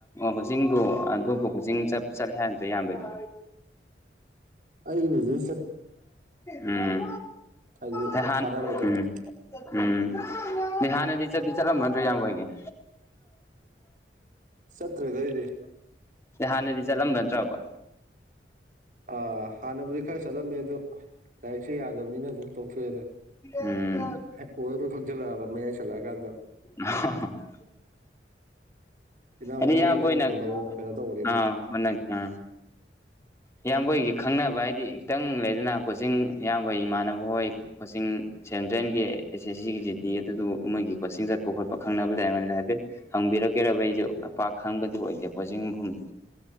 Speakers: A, on the left; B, on the right.
A: ꯀꯣꯆꯤꯡꯗꯣ ꯑꯇꯣꯞꯄ ꯀꯣꯆꯤꯡ ꯆꯠꯂꯦ ꯍꯥꯏ ꯏꯌꯥꯝꯕꯩꯗꯣ
B: ꯑꯩ ꯍꯧꯖꯤ
A: ꯎꯝ
B: ꯍꯥꯏꯗꯤ
A: ꯐꯍꯥꯟ
B: ꯀꯥꯟꯅꯔꯣꯏꯗꯕ
A: ꯎꯝ ꯎꯝ ꯍꯥꯟꯅꯗꯤ ꯆꯠꯇ ꯆꯠꯂꯝꯕꯗ꯭ꯔꯣ ꯌꯥꯝ ꯑꯣꯏꯒꯦ ꯌꯥ
B: ꯁꯠꯇꯦꯗ ꯏꯗꯤ
A: ꯍꯥꯟꯅꯗꯤ ꯆꯠꯂꯝ ꯅꯠꯇ꯭ꯔꯕ
B: ꯑ ꯍꯥꯟꯅꯕꯨꯗꯤ ꯈꯔ ꯆꯠꯂꯝꯃꯦ ꯑꯗꯣ ꯂꯥꯏꯔꯤꯛꯁꯨ ꯌꯥꯗꯕꯅꯤꯅ ꯑꯗꯨꯝ ꯇꯣꯛꯊꯣꯛꯑꯦꯗ
A: ꯎꯝ
B: ꯑꯣꯏꯔꯣꯏ ꯈꯪꯖꯤꯜꯂꯛꯑꯕ ꯃꯌꯥꯏ ꯁꯜꯂꯛꯑꯀꯥꯟꯗ
A: ꯑ
B: ꯏꯅꯥꯎ
A: ꯍꯥꯏꯦꯗꯤ
B: ꯍꯣꯏꯕꯨꯗꯤ
A: ꯌꯥ ꯀꯣꯏꯅ
B: ꯀꯟꯅ ꯍꯣꯠꯅꯧꯑꯣ ꯀꯩꯅꯣ ꯇꯧꯕꯅꯤꯅ
A: ꯑ ꯀꯣꯏꯅ ꯑ ꯏꯌꯥꯝꯕ ꯍꯣꯢꯒꯤ ꯈꯪꯅꯕ ꯍꯥꯏꯗꯤ ꯈꯤꯇꯪ ꯂꯩꯗꯅ ꯀꯣꯆꯤꯡ ꯏꯌꯥꯝꯕꯣꯏ ꯏꯃꯥꯟꯅꯕ ꯍꯣꯏ ꯀꯣꯆꯤꯡ ꯁꯦꯟꯇ꯭ꯔꯦꯜꯒꯤ ꯑꯦꯁ ꯑꯦꯁ ꯁꯤꯒꯤ ꯖꯤ ꯗꯤ ꯑꯗꯨꯗꯨ ꯃꯣꯏꯒꯤ ꯀꯣꯆꯤꯡ ꯆꯠꯄ ꯈꯣꯠꯄ ꯈꯪꯅꯕ ꯂꯩꯔꯝꯅꯤꯅ ꯍꯥꯏꯐꯦꯠ ꯍꯪꯕꯤꯔꯛꯀꯦꯔꯕ ꯑꯩꯁꯨꯄꯥꯛ ꯈꯪꯕꯗꯤ ꯑꯣꯏꯗꯦ ꯀꯣꯆꯤꯡ ꯃꯐꯝꯗꯣ